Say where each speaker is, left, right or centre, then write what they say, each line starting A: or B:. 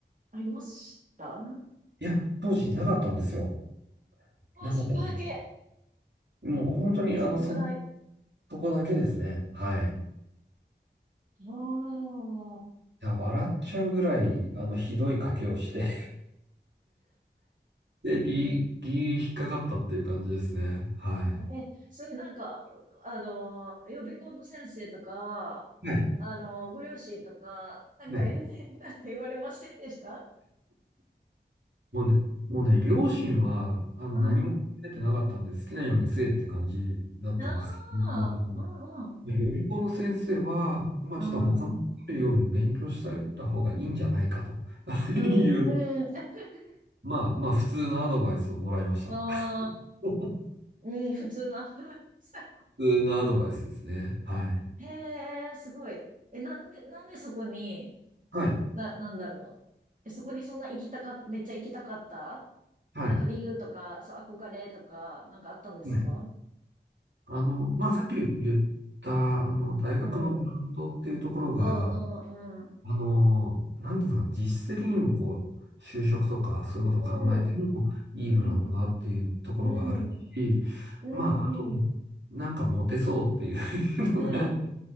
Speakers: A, on the right (about 45°); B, on the right (about 75°).
A: ありましたも
B: いや、当時なかったんですよ。なかったんですよ。
A: そこだけ。
B: もう本当にあの、
A: そこぐらい。
B: そ、そこだけですね。はい。
A: ああ。
B: や、笑っちゃうぐらい、あの、ひどい賭けをして <laughs> で、ギー、ギー引っかかったっていう感じですね。は
A: え、それなんか、あの、予備校の先生とか、
B: い。はい。
A: あの、ご両親とか、なんか、
B: はい。
A: <laughs> なんか言われませんでした
B: もうね、もうね、両親は、あの、
A: うん
B: 何も考えてなかったんで、好きなようにせえって感じだったんですけども、
A: ああ、うんう
B: 予備校の先生は、まあ、ちょっと他のよように勉強しておいた方がいいんじゃないかと
A: ん。うん。
B: <laughs>
A: でも、
B: いう、
A: うん。<laughs>
B: まあ、まあ、普通のアドバイスをもらいました。
A: ああ、
B: <laughs>
A: うん、普通のアルバイトさん。
B: 普通のアドバイスですね。はい。
A: へえ、すごい。え、なんで、なんでそこに、
B: はい。
A: な、なんだろう。え、そこにそんな行きたかっめっちゃ行きたかった
B: はい。
A: なんか理由とか、そう、憧れとか、なんかあったんですか
B: はいあの、まあ、さっき言った、あの、大学のブランドっていうところが、
A: うん。うん、うん、うん。
B: あの、なんていうんですかね、実質的にもこう、就職とかそういうことを考えてもいいブランドだっていうところがあるし、
A: うん、うん、うん、うん、
B: まあ、あと、
A: うん、
B: なんかモテそうっていう <laughs>
A: うん、
B: のが、